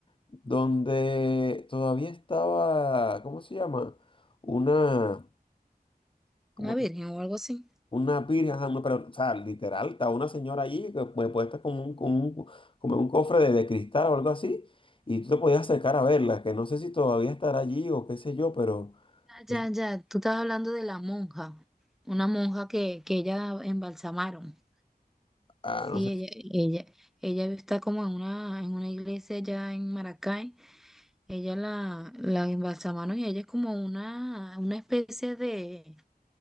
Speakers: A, on the left; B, in the centre.
A: donde todavía estaba, ¿cómo se llama? Una, ¿cómo
B: una virgen o algo así.
A: Una pira, ajá, no, pero, o sea, literal, está una señora allí que pues, puesta como un, como un, como en un cofre de, de cristal o algo así, y tú te podías acercar a verla, que no sé si todavía estará allí o qué sé yo, pero,
B: Ah, Ya,
A: eh,
B: ya, tú estás hablando de la monja, una monja que, que ella embalsamaron.
A: ah,
B: Sí,
A: no sé.
B: ella, ella, ella está como en una, en una iglesia allá en Maracay, ella la, la embalsamaron y ella es como una, una especie de,